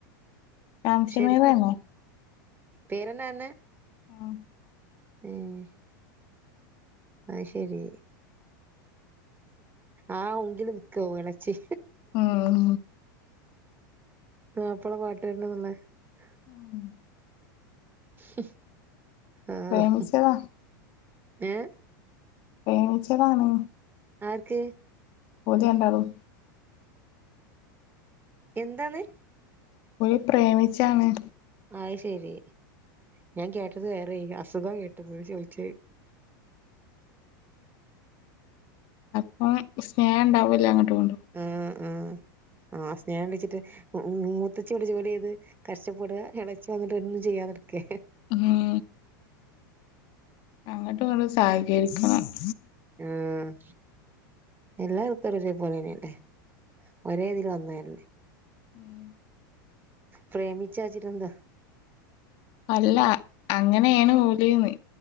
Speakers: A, on the left; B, on the right.
A: ശാംശമീർ
B: ശരിക്ക്
A: തന്നെ
B: പേരെന്താണ്.
A: ആഹ്..
B: <inaudible> അയ് ശരി ആഹാ ഒങ്കില് നിക്ക വിളച്ചി.
A: ഉം...
B: മാപ്പള പാട്ട് <unintelligible>
A: ആഹ്...
B: ഉം.. ആഹ
A: പ്രേമിച്ചതാ
B: ഏഹ്..
A: പ്രേമിച്ചതാണ്.
B: ആർക്ക്?
A: പൂതിരണ്ടാളും.
B: എന്താന്ന്?
A: ഇവര് പ്രേമിച്ചാണ്.
B: അയ്ശെരി, ഞാൻ കേട്ടത് വേറെനു അസുഖം കേട്ടു- ചോദിച്ചേ
A: അപ്പോ സ്നേഹണ്ടാവൂല്ല അങ്ങട്ടും ഇങ്ങട്ടും
B: ആഹ് ആഹ് ആ സ്നേഹം ഇണ്ടച്ചിട്ട് ഉ മൂത്തച്ചി ഇവടെ ജോലി ചെയ്തു കഷ്ടപ്പെട ഇളച്ചി വന്നിട്ട് ഒുന്നും ചെയ്യാതെടുക്കെ
A: ഉം അങ്ങട്ടും ഇങ്ങട്ടും സഹകരിക്കണം <inaudible>
B: ആഹ് എല്ലാർക്കൊര് ഒരേ പോലെന്നെയല്ലേ ഒരേ ഇതില് വന്നെയല്ലേ
A: ഉം...
B: പ്രേമിച്ചാചിട്ടെന്താ?
A: അല്ലാ അങ്ങനെയാണ് ഓല് ന്ന്